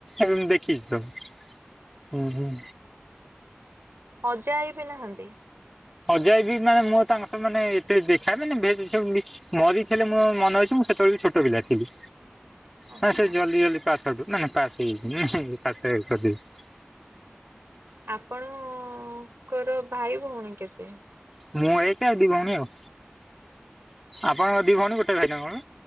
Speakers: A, in the centre; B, on the right.
A: ଏବେ ମୁଁ ଦେଖିଚି ସବୁ, ହୁଁ ହୁଁ।
B: ଅଜା ଆଇ ବିି ନାହାନ୍ତି।
A: ଅଜା ଆଇ ବି ମାନେ ମୁଁ ତାଙ୍କ ସହ ମାନେ ଏତେ ଦେଖାଏ ମାନେ <unintelligible> ମରିଥିଲେ ମୋ ମନେ ଅଛି ମୁଁ ସେତେବେଳେ ବି ଛୋଟ ପିଲା ଥିଲି।
B: ଆଚ୍ଛା
A: ହଁ ସେ ଜଲ୍ଦି ଜଲଦି ପାସ ଆଉଟ୍ ମାନେ ପାସ୍ ହେଇଯାଇଛି ପାସ ଆଉଟ୍ କରିଦେଇ
B: ଆପଣଙ୍କର ଭାଇ ଭଉଣୀ କେତେ?
A: ମୁଁ ଏକ ଆଉ ଦି ଭଉଣୀ ଆଉ ଆପଣଙ୍କ ଦି ଭଉଣୀ ଗୋଟେ ଭାଇ ନା କଣ